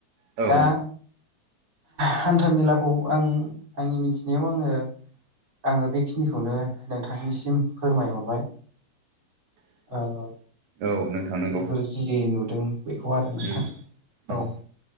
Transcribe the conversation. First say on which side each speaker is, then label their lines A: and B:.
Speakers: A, on the right; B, on the right.
A: औ
B: दा हान्था मेलाखौ आं आंनि मिथिनायाव आङो आङो बेखिनिखौनो नोंथांनिसिम फोरमायहरबाय। ओ
A: औ नोंथां नंगौ।
B: बेफोर जि नुदों बेखौ आरो नोंथां
A: उम उम
B: औ।